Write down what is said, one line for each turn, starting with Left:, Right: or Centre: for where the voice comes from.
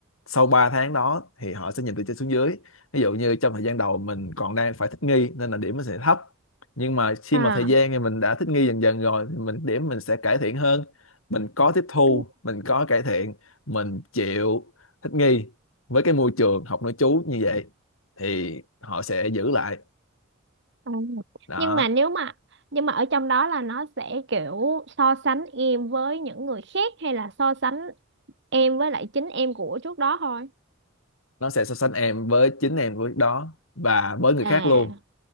Left: sau 3 tháng đó thì họ sẽ nhìn từ trên xuống dưới ví dụ như trong thời gian đầu mình còn đang phải thích nghi nên là điểm nó sẽ thấp nhưng mà khi
Right: à
Left: mà thời gian thì mình đã thích nghi dần dần rồi thì mình điểm mình sẽ cải thiện hơn mình có tiếp thu
Right: Ừ.
Left: mình có cải thiện mình chịu thích nghi với cái môi trường học nội trú như vậy thì họ sẽ giữ lại
Right: Ờ.
Left: đó
Right: nhưng mà nếu mà nhưng mà ở trong đó là nó sẽ kiểu so sánh em với những người khác hay là so sánh em với lại chính em của trước đó thôi
Left: nó sẽ so sánh em với chính em với đó và với người
Right: à
Left: khác luôn